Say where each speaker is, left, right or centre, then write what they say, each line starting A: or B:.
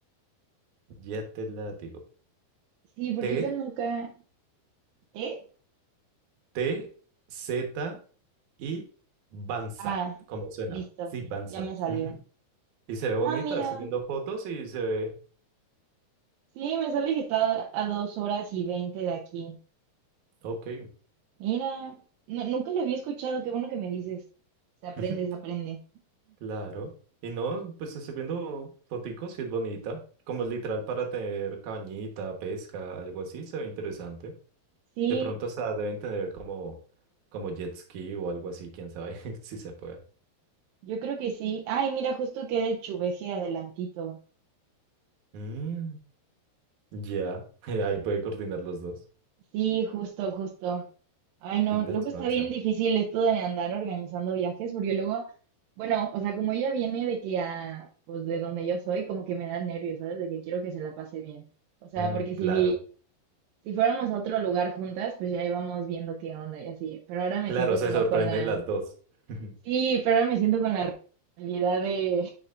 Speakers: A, on the right; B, on the right.
A: ya te la digo.
B: Sí, porque
A: Te,
B: ese nunca. ¿T?
A: T, Z y Banza,
B: Ah,
A: como suena.
B: listo,
A: Sí, Banza.
B: ya me salió.
A: Ujú. Y se ve
B: Ah,
A: bonita,
B: mira.
A: estoy viendo fotos y se ve,
B: Sí, me sale que está a dos horas y veinte de aquí.
A: ok,
B: Mira, no- nunca lo había escuchado, qué bueno que me dices. Se aprende,
A: <laughs>
B: se aprende.
A: claro. Y no, pues estoy viendo foticos y es bonita. Como literal para tener cañita, pesca, algo así, se ve interesante.
B: Sí,
A: De pronto hasta deben tener como, como jet ski o algo así, quién sabe <laughs> si se puede.
B: yo creo que sí. Ay, mira, justo queda el chuveje adelantito.
A: Mm, ya, <laughs> Ahí puede coordinar los dos.
B: Sí, justo, justo. Ay, no,
A: Tilda
B: luego
A: y
B: está
A: Banza.
B: bien difícil esto de andar organizando viajes, porque luego, bueno, o sea, como ella viene de que a, pues de donde yo soy, como que me da nervios, ¿sabes? De que quiero que se la pase bien. O sea,
A: Mm,
B: porque si
A: claro.
B: vi, Si fuéramos a otro lugar juntas, pues ya íbamos viendo qué onda y así. Pero ahora me
A: Claro,
B: siento
A: se
B: como
A: sorprenden
B: con la...
A: las dos. <laughs>
B: Sí, pero ahora me siento con la realidad de,